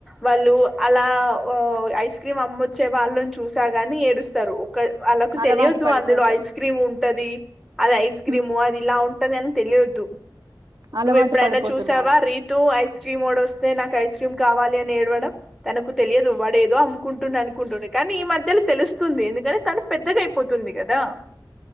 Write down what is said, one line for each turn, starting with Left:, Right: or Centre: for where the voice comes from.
Centre: వాళ్ళు అలా ఐస్ క్రీమ్ అమ్ వచ్చే వాళ్ళని చూసాగాని ఏడుస్తారు వాళ్ళకు
Right: అలవాటు
Centre: తెలియదు
Right: పడిపోతారు
Centre: అందులో ఐస్ క్రీమ్ ఉంటది అది ఐస్ క్రీము
Right: ఉమ్,
Centre: అది ఇలా ఉంటంది అని తెలియద్దు
Right: అలవాటు
Centre: నువ్వు ఎప్పుడైనా
Right: పడిపోతున్నారు
Centre: చూసావా రీతు ఐస్ క్రీమ్ వాడు వస్త వే నాకు ఐస్ క్రీమ్ కావాలి అని ఏడడం తనకు తెలియదువ్వడేదో అమ్కుంటుంది అనుకుంటున్నా కానీ ఈ మధ్య తెలుస్తుంది ఎందుకంటే తను పెద్దగాయిపోతుంది కదా